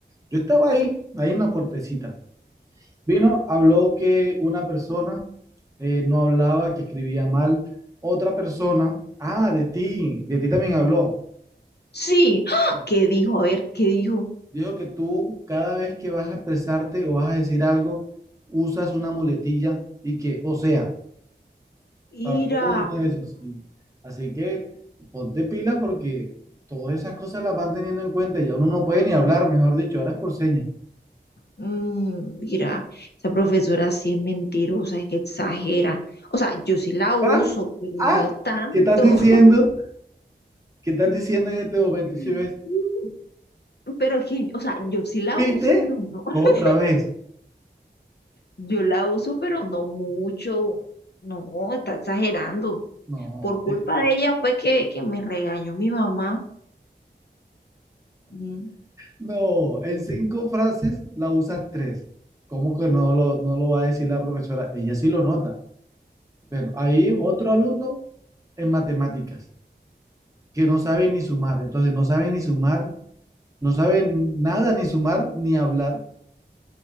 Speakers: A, on the right; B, on the left.
A: Yo estaba ahí, ahí en la puertecita. Vino, habló que una persona eh, no hablaba, que escribía mal. Otra persona, ah, de ti, de ti también habló.
B: Sí, ¡ah!
A: Sí.
B: ¿qué dijo? A ver, ¿qué dijo?
A: Dijo que tú cada vez que vas a expresarte o vas a decir algo, usas una muletilla y que, o sea,
B: Mira,
A: Para todo usa eso, sí. Así que ponte pilas porque todas esas cosas las van teniendo en cuenta. Ya uno no puede ni hablar, mejor dicho, ahora es por señas.
B: mm, mira, esa profesora sí es mentirosa, es que exagera. O sea, yo sí la uso,
A: Ah,
B: pero
A: ah,
B: no tanto.
A: ¿qué estás diciendo? ¿Qué estás diciendo en este
B: <laughs>
A: momento? Si ves,
B: Mm, Pero es que, o sea, yo sí la
A: ¿viste?
B: uso, pero no. <laughs>
A: Otra vez.
B: Yo la uso, pero no mucho. No, está exagerando.
A: No,
B: Por culpa
A: eh,
B: de ella fue que, que me regañó mi mamá. Mm,
A: no, en cinco frases la usas tres. ¿Cómo que no lo, no lo va a decir la profesora? Ella sí lo nota. Bueno, hay
B: mm,
A: otro alumno en matemáticas que no sabe ni sumar. Entonces, no sabe ni sumar No sabe nada, ni sumar, ni hablar.